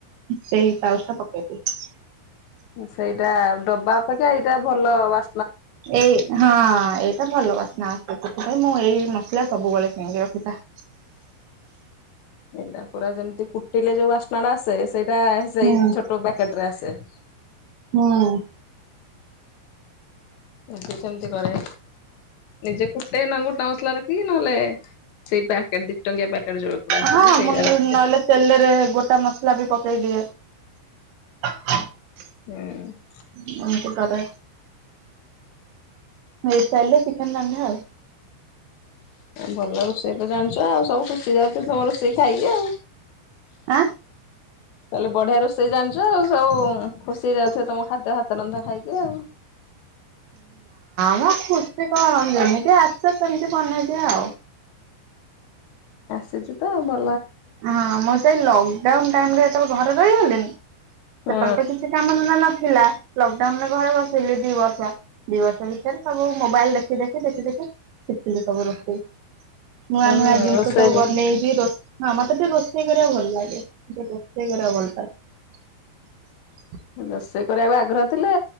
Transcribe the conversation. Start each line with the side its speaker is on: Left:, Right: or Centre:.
Right: ସେଇ ପାଉଜଟା ପକେଇଦେବି।
Left: ସେଇଟା ଡବା ଅପେକ୍ଷା ଏଇଟା ଭଲ ବା
Right: ଏଇ ହଁ ଏଇ ସେଇଟା ଭଲ ବାସନା ଆସେ ସେଥିପାଇ ମୁଁ ଏଇ ମସଲା ସବୁବେଳେ କିଣିକି ରଖିଥାଏ।
Left: ଏଇଟା ପୁରା ଯେମିତି କୁଟିଲେ ଯୋଉ ବାସ୍ନାଟା ଆସେ ସେଇଟା ସେଇ
Right: ହୁଁ
Left: ଛୋଟ ପ୍ୟାକେଟରେ ଆସେ। <inaudible>
Right: ହୁଁ।
Left: ଏମତି ସେମିତି କରେ ନିଜେ କୁଟେ ନ ଗୁଟା ମସଲା ରଖିକି ନହେଲେ ସେଇ ପ୍ୟାକର ଦିଟଙ୍କିଆ ପ୍ୟାକେଟ। ଯୋଉ ଗୁଡା ଆସୁଛି
Right: ହଁ
Left: ସେଇଟା
Right: ମୁଁ
Left: ରଖିଦିଏ।
Right: ନହେଲେ ତେଲରେ ଗୋଟା ମସଲା ବି ପକେଇ ଦିଏ। <inaudible>
Left: ହୁଁ।
Right: ଏମତି କରେ। ଭ ଆାଇିଲ ଚିକେନ ରନ୍ଧା ଆଉ।
Left: ଭଲ ରୋଷେଇତ ଜାଣିଛ ଆଉ ସବୁ ଖୁସି ହେଇଯାଉଥିବା ତମ ରୋଷେଇ ଖାଇକି ଆଉ।
Right: ଆ
Left: କାଲି ବଢିଆ ରୋଷେଇ ଜାଣିଛୁ ଆଉ ସବୁ ଖୁସି ହେଇ ଯାଉଥିବେ ତମ ଖାଦ୍ୟ ହାତ ତ ରନ୍ଧା ଖାଇକି ଆଉ।
Right: ହ ଖୁସି କଣ ଯେମିତି ଆସେ ସେମତି ବନେଇଦିଅ ଆଉ।
Left: ସେଠି ତ ଆମ
Right: ହଁ ମୁଁ ସେଇ ଲକ୍ଡାଉନ ଟାଇମ ରେ ଯେତେବେଳେ ଘରେ ରହିଗଲିଣିି ସେତଲେ
Left: ହଁ
Right: ତ କିଛି କାମ ଧନ୍ଦା ନଥିଲା। ଥିଲା ଲକଡାଉନ ରେ ଘରେ ବସିଲି ଦି ବର୍ଷ ଦି ବର୍ଷ ଭିତରେ ସବୁ ମୋବାଇଲ ଦେଖି ଦେଖି ଦେଖି ଦେଖି ଶିଖିଚି ସବୁ ରୋଷେଇ ନୂଆ
Left: ହୁଁ
Right: ନୂଆ ଜିନିଷ
Left: ରୋଷେଇ
Right: ସବୁ ବନେଇକି ରଷ ହଁ ମାତ ତ ରୋଷେଇ କରିବା ଭଲ ଲାଗେ। ସେ ରୋଷେଇ କରିବାକୁ ଭଲ ପାଏ।
Left: ରୋଷେଇ କରିବାକୁ ଆଗ୍ରହ ଥିଲେ